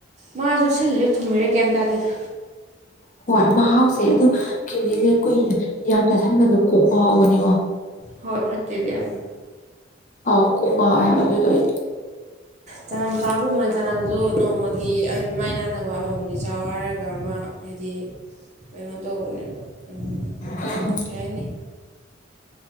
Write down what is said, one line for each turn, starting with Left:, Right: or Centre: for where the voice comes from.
Right: ꯃꯥꯁꯨ ꯁꯤꯜꯂꯤꯔ ꯊꯨꯝꯃꯤꯔ ꯒ꯭ꯌꯥꯟ ꯇꯥꯗꯦꯗ꯫
Left: ꯍꯣꯏ ꯃꯍꯥꯎꯁꯦ ꯑꯗꯨ ꯀꯤꯋꯤꯁꯦ ꯀꯨꯏꯅ ꯌꯥꯝ ꯆꯥꯁꯟꯕꯗꯣ ꯀꯣꯛ ꯉꯥꯎꯕꯅꯤꯉꯣ
Right: ꯍꯣꯏ ꯐꯠꯇꯦꯗꯤ ꯑꯥꯏꯝ
Left: ꯑꯥꯎ ꯀꯣꯛ ꯉꯥꯎꯋꯦ ꯍꯥꯏꯕ ꯑꯗꯨꯗꯣ ꯑꯩꯗꯤ꯫
Right: ꯆꯅꯝ ꯆꯥꯕꯨ ꯃꯣꯏ ꯆꯅꯝꯁꯨ ꯅꯣꯡꯃꯒꯤ ꯑꯩ ꯑꯗꯨ ꯃꯥꯏ ꯅꯥꯟꯅꯕ ꯑꯃꯃꯝꯗꯤ ꯆꯥꯎ ꯍꯥꯏꯔꯒ ꯑꯃ ꯍꯥꯏꯗꯤ, ꯀꯩꯅꯣ ꯇꯧꯕꯅꯦꯕ ꯎꯝ
Left: ꯎꯝ
Right: ꯀꯩꯌꯥꯏꯅꯤ